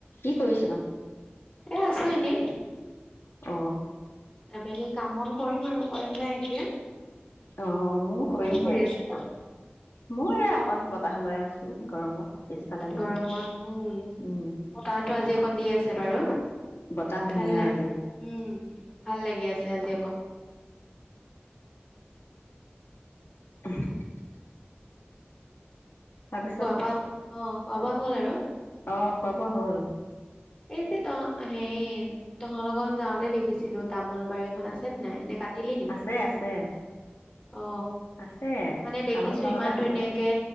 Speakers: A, on the left (about 75°); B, on the left (about 25°).
A: কি কৰিছা?
B: এ আছো এনে।
A: অ।
B: আবেলি কাম বন কৰিম আৰু কৰা নাই এতিয়া।
A: অ',। ময়ো কৰিমহে।
B: কি কৰি আছে?
A: ময়ো এ অকন বতাহ লৈ আছো গৰমত পিছফালে বহি।
B: গৰমত উম,
A: উম,
B: বতাহটো আজি অকণ দি আছে বাৰু,
A: বতাহ ধুনীয়া
B: ভাল নে?
A: আজি।
B: উম। ভাল লাগি আছে আজি অকণ।
A: <unintelligible> তাৰপিছত
B: খোৱা - বোৱা অ খোৱা - বোৱা হ'ল আৰু
A: অ খোৱা - বোৱা হ'ল।
B: এই যে তহ হেৰি তহঁতৰ ঘৰত যাওঁতে দেখিছিলো তামোল বাৰী এখন আছে নে নাই নে কাটিলি নি?
A: আছে আছে
B: অ
A: আছে।
B: মানে দেখিছো
A: তামোল নহ'লে
B: ইমান
A: হ'বনে?
B: ধুনীয়াকে।